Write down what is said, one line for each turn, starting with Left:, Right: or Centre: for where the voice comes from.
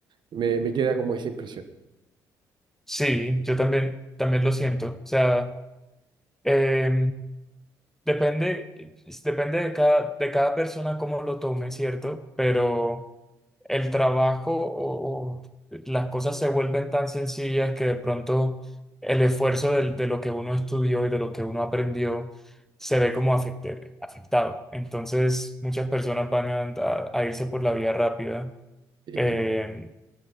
Right: me, me queda como esa impresión.
Centre: Sí, yo también, también lo siento. O sea, eh, depende, depende de cada, de cada persona cómo lo tome, ¿cierto? Pero... el trabajo o, o las cosas se vuelven tan sencillas que de pronto el esfuerzo del- de, lo que uno estudió y de lo que uno aprendió se ve como afecte- afectado. Entonces, muchas personas van a, a- a irse por la vía rápida.
Right: Eh,
Centre: Eh,